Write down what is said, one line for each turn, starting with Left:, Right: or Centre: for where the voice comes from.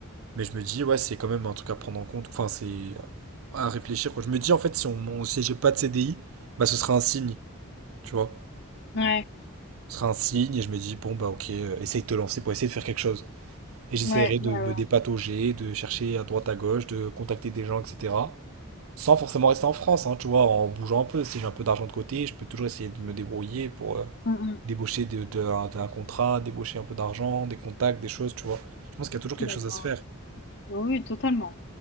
Right: Mais je me dis, ouais, c'est quand même un truc à prendre en compte. Enfin, c'est à réfléchir, quoi. Je me dis, en fait, si on, on- si j'ai pas de C D I bah, ce sera un signe, tu vois.
Left: Ouais,
Right: Ce sera un signe, et je me dis, bon, bah, ok, euh, essaye de te lancer pour essayer de faire quelque chose. Et j'essaierai
Left: ouais, ouais,
Right: de
Left: ouais.
Right: me dépatauger, de chercher à droite à gauche, de contacter des gens, etc. Sans forcément rester en France, hein, tu vois, en bougeant un peu. Si j'ai un peu d'argent de côté, je peux toujours essayer de me débrouiller pour euh,
Left: Mm, mm.
Right: débaucher de, de un, d'un contrat, débaucher un peu d'argent, des contacts, des choses, tu vois. Je pense qu'il y a toujours quelque
Left: D'accord,
Right: chose à se faire.
Left: ouais. Oui, oui, totalement.